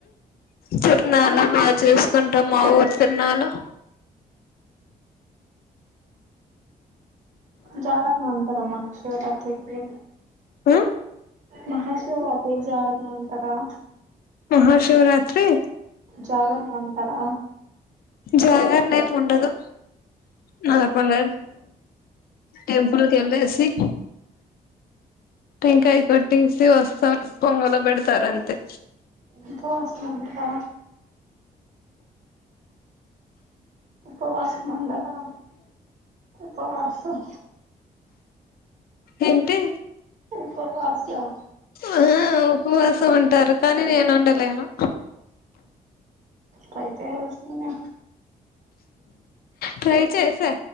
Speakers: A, on the left; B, on the right.
A: తిరనాలా బాగా చేసుకుంటాం మా ఊరు తిరనాలా
B: జాగరణ ఉంటారమ్మా శివరాత్రికి
A: హు
B: మహాశివరాత్రి జాగరణ ఉంటరా
A: మహాశివరాత్రి
B: జాగరణ ఉంటారా
A: జాగరణ ఏమి ఉండదు నార్మల్ టెంపుల్ కి వెళ్ళేసి టెంకాయ కొట్టేసి వస్తారు పొంగలు పెడతారంతే
B: ఉపవాసం ఉంటరా ఉపవాసం ఉండరా ఉపవాసం
A: ఏంటి
B: ఉపవాసం
A: ఆ ఉపవాసం ఉంటారు కానీ నేను ఉండలేను
B: ట్రై చేయాల్సింది
A: ట్రై చేశా